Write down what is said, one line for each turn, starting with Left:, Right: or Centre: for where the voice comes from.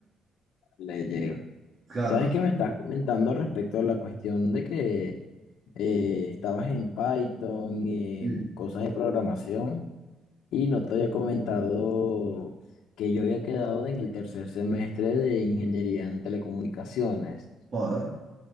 Left: le llega.
Right: Claro.
Left: ¿Sabes qué me estás comentando respecto a la cuestión de que eh, estabas en Python y
Right: Sí.
Left: en cosas de programación? Y no te había comentado que yo había quedado en el tercer semestre de ingeniería en telecomunicaciones,
Right: Joder.